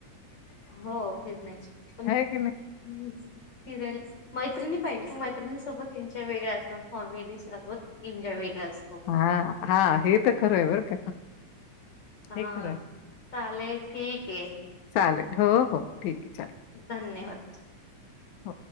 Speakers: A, on the left; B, on the left.
A: हो फिरण्याची पण
B: आहे
A: मौज
B: की नाही?
A: फिरायलाच मैत्रिणी पाहिजेत तो मैत्रिणी सोबत एन्जॉय वेगळा असतो फॉमिली सोबत एन्जॉय वेगळा असतो
B: हा हा हे तर खरं आहे बरं का
A: हा
B: हे खरं आहे.
A: चालेल ठीक आहे
B: चालेल हो हो ठीक आहे चालेल
A: धन्यवाद
B: हो.